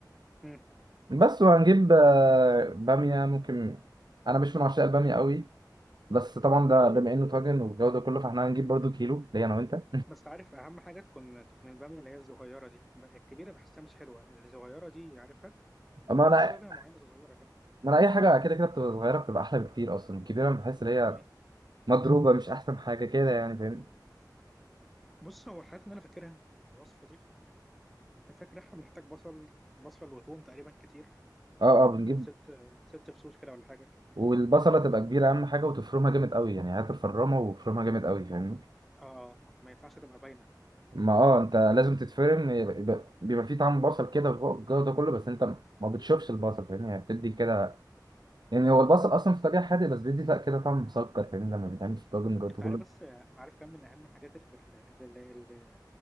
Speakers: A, in the centre; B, on the right (about 70°).
A: مم.
B: بس وهنجيب آه، باميه ممكن انا مش من عشاق الباميه قوي بس طبعا ده بما انه طاجن والجو ده كله فاحنا هنجيب برضو كيلو ليا انا وانت
A: بس عارف اهم حاجه تكون تكون الباميه اللي هي الصغيره دي ب- الكبيره بحسها مش حلوه الصغيره دي عارفها بتبقى
B: اما انا
A: في باميه معينه صغيره كده
B: ما انا اي حاجه كده كده بتبقى صغيره بتبقى احلى بكتير اصلا الكبيره بحس ان هي
A: مم.
B: مضروبه مش احسن حاجه كده يعني فاهمني
A: بص هو الحاجات اللي انا فاكرها من الوصفه دي فاكر احنا بنحتاج بصل بصل وتوم تقريبا كتير
B: اه اه بنجيب
A: ممكن ست ست فصوص كده ولا حاجه
B: والبصله تبقى كبيره اهم حاجه وتفرمها جامد قوي يعني هات الفرامه وفرمها جامد قوي فاهمني
A: اه آه، آه، ما ينفعش تبقى باينه
B: ما اه انت لازم تتفرم يبقى- يبقى- بيبقى فيه طعم بصل كده والجو ده كله بس انت ما بتشوفش البصل فاهمني يعني بتدي كده يعني هو البصل اصلا في طبيعه حادق بس بيدي لا كده طعم مسكر فاهمني لما بيتعمل في الطاجن والجو ده
A: انت عارف
B: كله
A: بس آه، عارف كم من اهم الحاجات اللي في